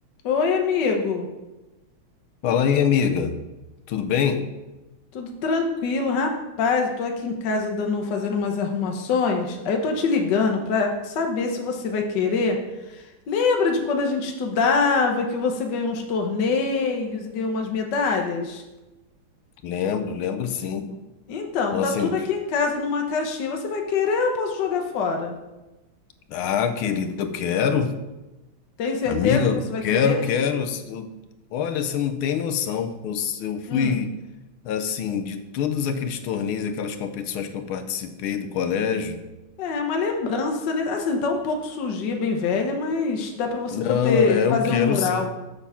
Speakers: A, on the left (about 60°); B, on the left (about 85°).
A: Oi, amigo.
B: Fala aí, amiga. Tudo bem?
A: Tudo tranquilo, rapaz? Estou aqui em casa dando, fazendo umas arrumações. Aí eu tô te ligando para saber se você vai querer. Lembra de quando a gente estudava que você ganhou uns torneios e ganhou umas medalhas?
B: Lembro, lembro sim.
A: Então,
B: Nossa,
A: tá tudo
B: em-
A: aqui em casa numa caixinha. Você vai querer ou eu posso jogar fora?
B: ah, querida, eu quero.
A: Tem certeza
B: Amiga, eu
A: que você vai
B: quero,
A: querer?
B: quero. Eu- Olha, você não tem noção. Eu, eu fui,
A: Hum.
B: assim, de todos aqueles torneios, aquelas competições que eu participei do colégio.
A: É uma lembrança, né? Assim, tá um pouco sujinha, bem velha, mas dá para você
B: Não,
A: poder
B: é,
A: fazer
B: eu quero
A: um mural.
B: sim.